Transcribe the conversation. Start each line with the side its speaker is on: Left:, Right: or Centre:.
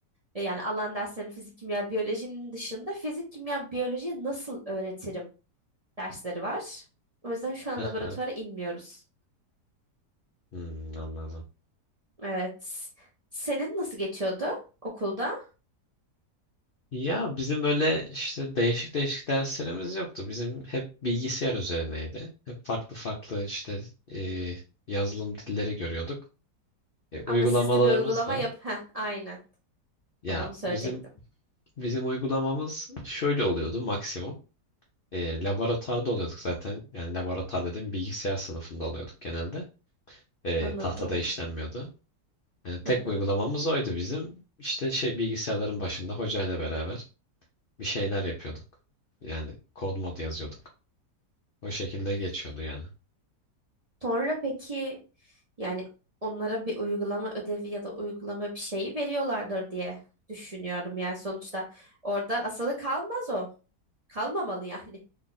Right: e, yani alan derslerim fizik, kimya, biyolojinin dışında fizik, kimya, biyolojiyi nasıl öğretirim dersleri var. O yüzden şu an
Left: <laughs>
Right: laboratuvara inmiyoruz.
Left: Hmm, anladım.
Right: Evet. Senin nasıl geçiyordu okulda?
Left: Ya bizim böyle işte değişik değişik derslerimiz yoktu. Bizim hep bilgisayar üzerineydi. Hep farklı farklı işte e, yazılım dilleri görüyorduk. E, uygulamalarımız
Right: Ama siz de bir uygulama
Left: da
Right: yap. Heh, aynen.
Left: ya
Right: Tam onu söyleyecektim.
Left: bizim bizim uygulamamız şöyle oluyordu maksimum. E, laboratuvarda oluyorduk zaten. Yani laboratuvar dedim bilgisayar sınıfında oluyorduk genelde. E,
Right: Anladım.
Left: tahtada işlenmiyordu. Yani tek
Right: Aha.
Left: uygulamamız oydu bizim. İşte şey bilgisayarların başında hocayla beraber bir şeyler yapıyorduk. Yani kod mod yazıyorduk. O şekilde geçiyordu yani.
Right: Sonra peki yani onlara bir uygulama ödevi ya da uygulama bir şeyi veriyorlardır diye düşünüyorum. Yani sonuçta orada asılı kalmaz o. Kalmamalı yani.